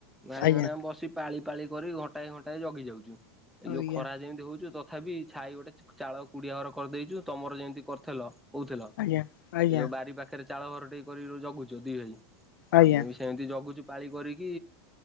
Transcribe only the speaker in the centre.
ଗାଈମାନେ
ଆମେ ବସି ପାଳି ପାଳି କରି ଘଣ୍ଟାଏ ଘଣ୍ଟାଏ ଜଗି ଯାଉଚୁ ଏଇ ଯୋଉ
ଖରା ଯେମିତି ହୋଉଚି ତ ତଥାପି ଛାଇ ଗୋଟେ ଚ୍ ଚାଳ କୁଡ଼ିଆ ଘର କରିଦେଇଚୁ ତମର ଯେମତି କରଥେଲ କୋହୁଥିଲ
ଏ ଯୋଉ ବାରି ପାଖରେ ଚାଳ ଘର ଟିଏ କରିକି ର ଜଗୁଚ ଦି ଭାଇ
ଆମେ ବି ସେମିତି ଜଗୁଚୁ ପାଳି କରିକି।